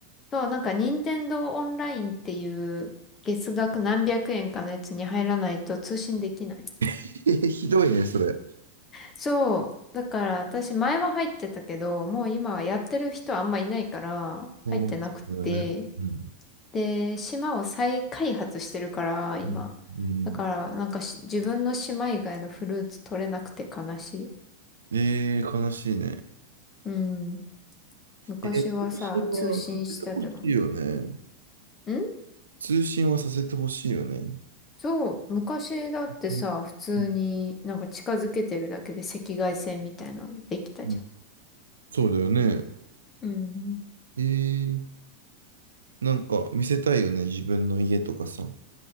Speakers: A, on the left; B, on the right.
A: そう、なんか任天堂オンラインっていう月額何百円かのやつに入らないと通信できない。
B: <laughs> ひどいね、それ。
A: そう。だから私前は入ってたけど、もう今はやってる人あんまいないから入ってなくて、
B: そうだよね。うん。
A: で、島を再開発してるから、今。
B: うん。うん
A: だから、なんかし自分の島以外のフルーツ取れなくて悲しい。
B: えー、悲しいね。
A: うん。昔はさ、
B: えー、私はかけてほしいよね。
A: 通信してたのに。ん
B: 通信はさせてほしいよね。
A: そう。昔だってさ、
B: うん
A: 普通になんか近づけてるだけで赤外線みたいなのできたじゃん。
B: うんうんそうだよね。
A: うん。
B: えー、なんか見せたいよね、自分の家とかさ。